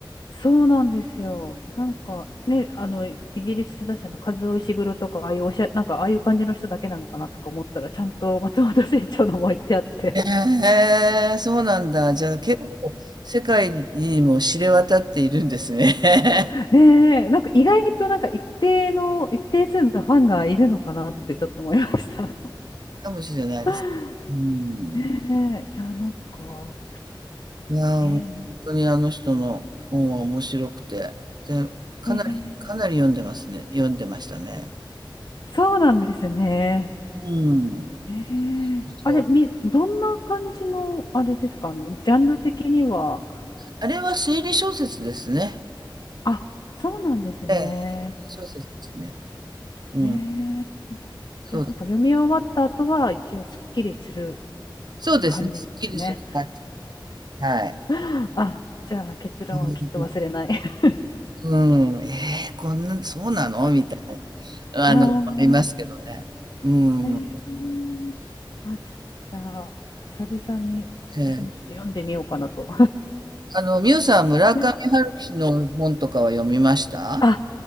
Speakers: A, on the left; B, on the right.
A: そうなんですよ。なんかね、あの、イギリスだし、あの、カズオイシグロとか、ああいうおしゃ、なんか、ああいう感じの人だけなのかなとか思ったら、ちゃんと松本清張のも置いてあって。
B: ええーそうなんだ。じゃあ結構世界にも知れ渡っているんですね。
A: <laughs> ねえ、
B: <laughs>
A: なんか意外となんか一定の、一定数のファンがいるのかなってちょっと思いました。
B: かもしれないです。
A: <laughs>
B: うん。
A: ねえ、いや、なんか、
B: いやー、
A: ね
B: もう本当にあの人の本は面白くて、で、かなり、
A: え、ね
B: かなり読んでますね。読んでましたね。
A: えそうなんですね。
B: うん。
A: ねえあれ、
B: そう。
A: み、どんな感じの、あれですか、あの、ジャンル的には、
B: あれは推理小説ですね。
A: あ、そうなんですね。
B: ええ、小説ですね。うん。
A: えー、
B: そう、
A: じゃあなんか読み終わった後は一応すっきりする
B: そうですね。
A: 感じですね。
B: すっきりする感じ。はい。
A: <laughs> あ、じゃあ結論はきっと忘れない。
B: そういうこと、
A: <laughs>
B: うん、えーこんな、そうなのみたいな、
A: あ
B: あの、ありますけどね。うん。
A: ー、えー、あ、ちょっとじゃあ久々に私もちょっと読んでみようかなと。
B: ええあの、ミュウさん、村上春樹の本とかは読みました好
A: <laughs> あ、